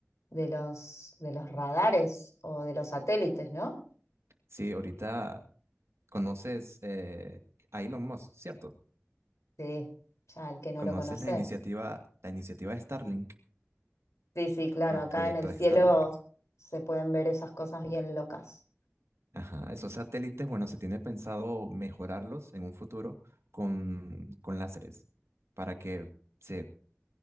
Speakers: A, on the left; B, on the right.
A: de los, de los radares o de los satélites, ¿no?
B: Sí, ahorita conoces eh, a Elon Musk, ¿cierto?
A: Sí, ya el que no
B: Conoces
A: lo conoce.
B: la iniciativa, la iniciativa de Starlink,
A: Sí, sí, claro,
B: o el
A: acá
B: proyecto
A: en el
B: de
A: cielo
B: Starlink.
A: se pueden ver esas cosas bien locas.
B: Ajá, esos satélites, bueno, se tiene pensado mejorarlos en un futuro con, con láseres para que se,